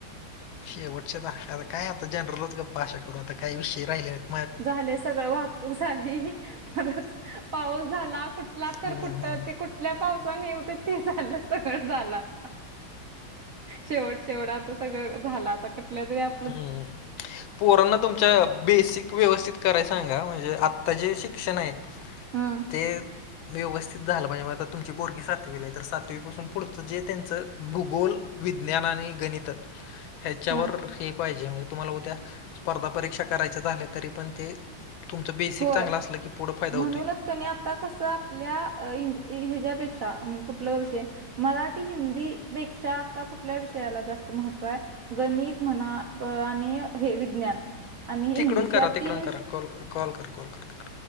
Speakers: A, on the left; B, on the right.
A: शेवटच्या दाकला आता काय आता जनरलच गपा आषा करू आता काय विषय राहिले हो
B: झाले सगळं वाहतूक झाली परत पाऊस झाला कुठला तर
A: हं,
B: कुठ
A: हं.
B: ते कुठ इथल्या पावसाने ये होते ते झालं सगळ झालं आता शेवट शेवट आता सगळं झालं आता कुठल्या तर आपल्या
A: हम्म पोरांना तुमच्या बेसिक व्यवस्थित करायच सांगा म्हणजे आत्ता जे शिक्षण आहे
B: हम्म
A: ते व्यवस्थित झालं म्हणजे मग आता तुमची पोरगी सातवीला आहे तर सातवीपासून पुढचं जे त्यांचं भूगोल विज्ञान आणि गणित ह्याच्यावर
B: हा
A: हे पाहिजे म्हणजे तुम्हाला उद्या स्पर्धा परीक्षा करायचे झाले तरी पण ते तुमचं बेसिक
B: होय
A: चांगलं असलं की पुढं फायदा
B: म्हणूनच
A: होतय
B: कणी आता कस आपल्या हेच्यापेक्षा कुठला विषय मराठी हिंदी पेक्षा आता कुठल्या विषयाला जास्त महत्त्व आहे. गणित म्हणा आणि हे विज्ञान आणि
A: तिकडून
B: इंग्लिश
A: करा,
B: या
A: तिकडून
B: तीन
A: करा.
B: विष
A: कॉल कॉल कर कॉल कर